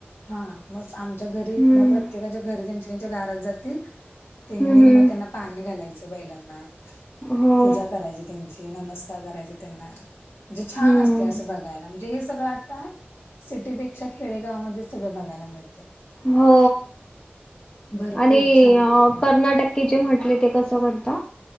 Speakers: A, on the left (about 75°); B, on the left (about 20°).
A: हा मग आमच्या घरी
B: हम्म
A: मग प्रत्येकाच्या घरी त्यांच्या त्यांच्या दारात जातील त्यांनी
B: हम्म हम्म
A: म त्यांना पाणी घालायचं बैलांना.
B: हो
A: पूजा करायची त्यांची नमस्कार करायचा त्यांना म्हणजे छान
B: हम्म
A: अस ते असं बघायला म्हणजे हे सगळं आता सिटीपेक्षा खेडेगावामध्ये सगळं बघायला मिळतं.
B: हो
A: भरपूर
B: आणि
A: छान
B: अं कर्नाटक की जे म्हटले ते कसं करता?